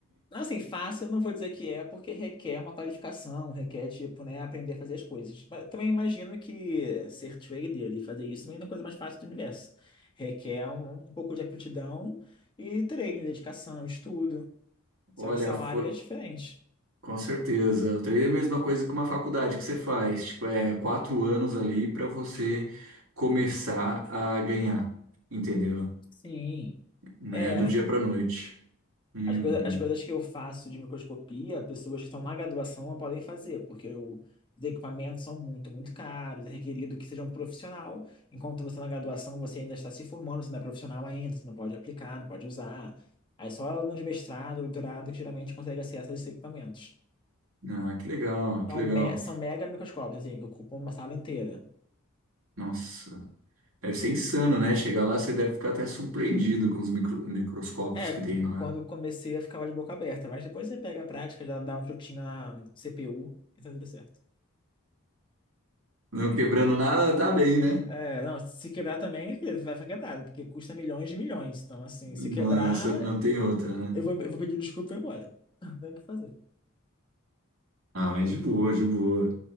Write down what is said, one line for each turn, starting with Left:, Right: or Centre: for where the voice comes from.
Left: Não, assim, fácil eu não vou dizer que é, porque requer uma qualificação, requer, tipo, né, aprender a fazer as coisas. Mas também imagino que ser trader e fazer isso também não é a coisa mais fácil do universo. Requer um, um pouco de aptidão e treino, dedicação, estudo. Só
Right: Olha,
Left: que são
Right: foi,
Left: áreas diferentes.
Right: com certeza. O treino é a mesma coisa que uma faculdade que você faz. Tipo, é quatro anos ali pra você começar a ganhar, entendeu?
Left: Sim.
Right: Não
Left: É,
Right: é do dia pra noite. Uhum.
Left: as coisa, as coisas que eu faço de microscopia, pessoas que estão na graduação não podem fazer, porque o- os equipamentos são muito, muito caros, é requerido que seja um profissional, enquanto você tá na graduação, você ainda está se formando, você não é profissional ainda, você não pode aplicar, não pode usar. Aí só aluno de mestrado, doutorado, que geralmente consegue acesso a esses equipamentos.
Right: Ah, que legal,
Left: São,
Right: que legal.
Left: me- são mega microscópios, assim, que ocupam uma sala inteira.
Right: Nossa, deve ser insano, né? Chegar lá, você deve ficar até surpreendido com os micro- microscópios
Left: É,
Right: que
Left: qu-
Right: tem lá.
Left: quando comecei eu ficava de boca aberta, mas depois você pega a prática, já dá um chutinho na CPU e tá tudo certo.
Right: Não quebrando nada, tá bem, né?
Left: É, não, se quebrar também vai ficar quebrado, porque custa milhões de milhões. Então, assim,
Right: Não,
Left: se quebrar,
Right: só- não tem outra, né?
Left: eu vou, eu vou pedir desculpa e vou embora. <laughs> Não tem o que fazer.
Right: Ah, mas de boa, de boa.